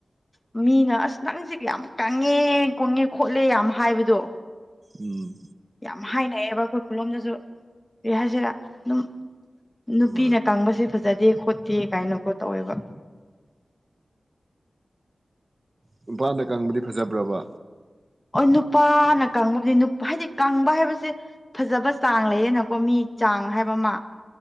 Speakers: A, on the left; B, on the right.
A: ꯃꯤꯅ ꯑꯁ ꯅꯪꯁꯦ ꯀ꯭ꯌꯥꯝ ꯀꯪꯉꯦ ꯀꯨꯡꯉꯦ ꯈꯣꯠꯂꯦ ꯌꯥꯝ ꯍꯥꯏꯕꯗꯣ
B: ꯎꯝ
A: ꯌꯥꯝ ꯍꯥꯏꯅꯩꯌꯦꯕ ꯑꯩꯈꯣꯏ ꯈꯨꯨꯂꯣꯝꯗꯁꯨ ꯑꯦ ꯍꯥꯏꯁꯤꯔꯥ ꯑꯗꯨꯝ ꯅꯨꯄꯤꯅ
B: ꯍꯣꯏ
A: ꯀꯥꯡꯕꯁꯦ ꯐꯖꯗꯦ ꯈꯣꯠꯇꯦ ꯀꯥꯏꯅꯀꯣ ꯇꯧꯋꯦꯕ
B: ꯅꯨꯄꯥꯅ ꯀꯪꯕꯗꯤ ꯐꯖꯕ꯭ꯔꯕ
A: ꯑꯣ ꯅꯨꯄꯥꯅ ꯀꯪꯕꯕꯨꯗꯤ ꯍꯥꯏꯗꯤ ꯀꯪꯕ ꯍꯥꯏꯕꯁꯦ ꯐꯖꯕ ꯆꯥꯡ ꯂꯩꯌꯦꯅꯀꯣ ꯃꯤ ꯆꯥꯡ ꯍꯥꯏꯕ ꯑꯃ